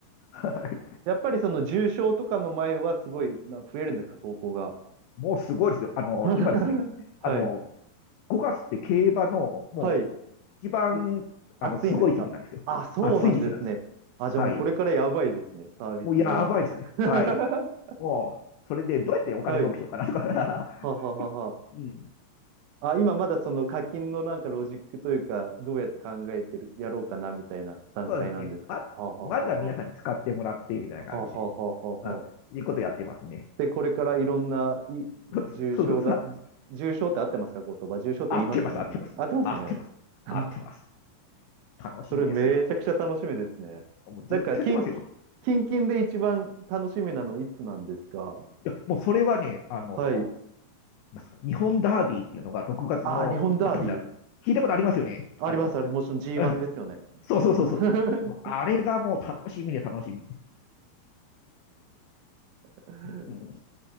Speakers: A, on the left (about 85°); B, on the right (about 80°).
A: はい。
B: やっぱりその重症とかの前はすごいな増えるんですか、投稿が。
A: もうすごいですよ。あの、
B: <laughs>
A: 今ですね、
B: はい。
A: あの、5月って競馬のもう一番あのすごい時期なんですよ。
B: はい。い暑いんですか。あ、そうなんですね。
A: 暑い時期なんですよ。
B: あ、じゃあもうこれからやばいですね、
A: はい。
B: サービスが。
A: もうやばいですね。
B: <laughs>
A: はい。もう、それでどうやってお金儲けしようかなとか。
B: はい。はははは。
A: <laughs> うん。
B: あ、今まだその課金のなんかロジックというか、どうやって考えてる、やろうかなみたいな段階なんですか。
A: そうですね。ま、
B: ははははは。
A: まずは皆さんに使ってもらってみたいな感じで。
B: ははははは。
A: うん。いうことやってますね。
B: で、これからいろんな
A: はい、そうそうそう。
B: 重症が、重症って合ってますか言葉。重症って言いますよね。
A: 合ってます、合ってます。
B: なんか、合ってますよね。
A: 合ってます。
B: <laughs>
A: 合ってます。楽しみですよ。
B: それめちゃくちゃ楽しみですね。
A: もうずっとやってますよ。
B: なんか、キン、キンキンで一番楽しみなのいつなんですか
A: いやもうそれはね、あの
B: はい。
A: すか日本ダービーっていうのが6月の頭になる。
B: ああ、日本ダービー。
A: 聞いたことありますよね。
B: あります、
A: あの、
B: あれ。もちろん G1
A: うん。
B: ですよね。
A: そうそうそうそう。
B: G1。
A: もうあれがもう楽しみで楽しみ。
B: <laughs>
A: うん、